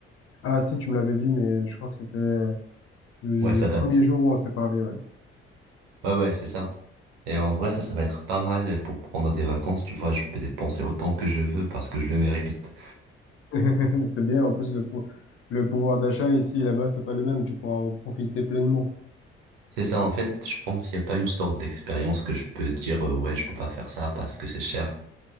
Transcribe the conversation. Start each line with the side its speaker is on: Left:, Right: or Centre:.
Left: Ah si, tu me l'avais dit, mais je crois que c'était euh, le
Right: Ouais, ça date.
Left: premier jour où on s'est parlé, ouais.
Right: Ouais, ouais, c'est ça. Et en vrai, ça, ça va être pas mal pour prendre des vacances. Tu vois, je peux dépenser autant que je veux parce que je le mérite.
Left: <laughs> C'est bien, en plus le, pou- le pouvoir d'achat ici et là-bas, c'est pas le même, tu pourras en profiter pleinement.
Right: C'est ça, en fait, je pense qu'il n'y a pas une sorte d'expérience que je peux dire, euh, ouais, je peux pas faire ça parce que c'est cher.